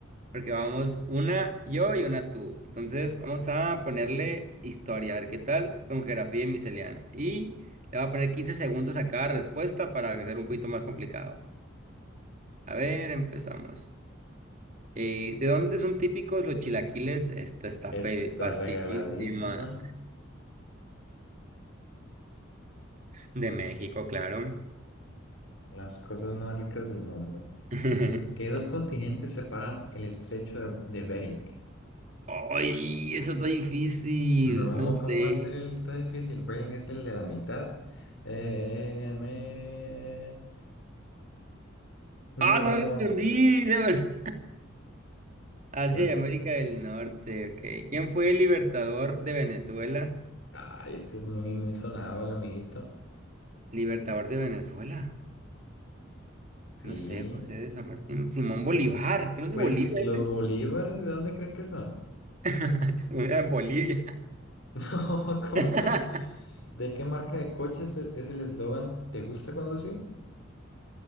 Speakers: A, on the right; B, on the left.
A: porque vamos una yo y una tú. Entonces, vamos a ponerle historia, a ver qué tal, con geografía y miscelánea. Y le voy a poner 15 segundos a cada respuesta para que sea un poquito más complicado. A ver, empezamos. Eh, ¿de dónde son típicos los chilaquiles? Esta está
B: Esta
A: fe-
B: está
A: facilísima.
B: regaladísima.
A: De México, claro.
B: Las cosas más ricas del mundo.
A: <laughs>
B: ¿Qué dos continentes separan el estrecho de, de Bering?
A: ¡Ay! Eso está difícil.
B: No,
A: No
B: ¿cómo
A: sé.
B: va a ser el tan difícil? Bering es el de la mitad. Eh, me... No,
A: ¡Ah, no lo entendí! <laughs> Asia
B: es...
A: y América del Norte, ok. ¿Quién fue el libertador de Venezuela?
B: Ay, este es muy, muy sonado, el amiguito.
A: Libertador de Venezuela.
B: Sí.
A: No sé, José de San Martín. Simón Bolívar, que no es
B: Pues
A: de Bolivia,
B: los
A: ese?
B: bolívares, ¿de dónde cree que son? <laughs>
A: <laughs> Es de Bolivia.
B: No, ¿cómo
A: <laughs>
B: vas? ¿De qué marca de coches es es el eslogan? ¿Te gusta conducir?